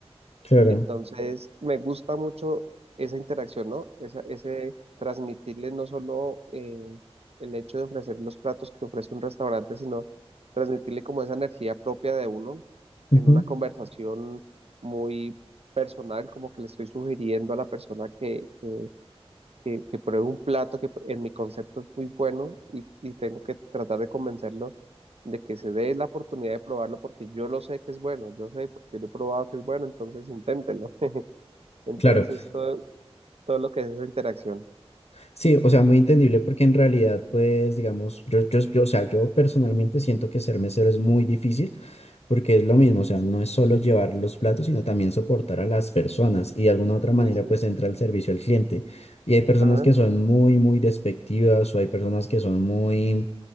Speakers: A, on the left; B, on the right.
A: claro.
B: Entonces, me gusta mucho esa interacción, ¿no? Esa- ese transmitirles no solo eh, el hecho de ofrecer los platos que ofrece un restaurante, sino transmitirle como esa energía propia de uno
A: ujú,
B: en una conversación muy personal, como que le estoy sugiriendo a la persona que, que que, que pruebe un plato que en mi concepto es muy bueno y, y tengo que tratar de convencerlo de que se dé la oportunidad de probarlo porque yo lo sé que es bueno, yo sé porque lo he probado que es bueno, entonces inténtelo. <laughs> Entonces
A: Claro,
B: es todo, todo lo que es esa interacción.
A: Sí, o sea, muy entendible porque en realidad, pues, digamos, yo, yo, yo, o sea, yo personalmente siento que ser mesero es muy difícil porque es lo mismo, o sea, no es solo llevar los platos, sino también soportar a las personas y de alguna u otra manera,
B: Uy, sí.
A: pues, entra el servicio al cliente. Y hay personas
B: Ajá.
A: que son muy, muy despectivas o hay personas que son muy,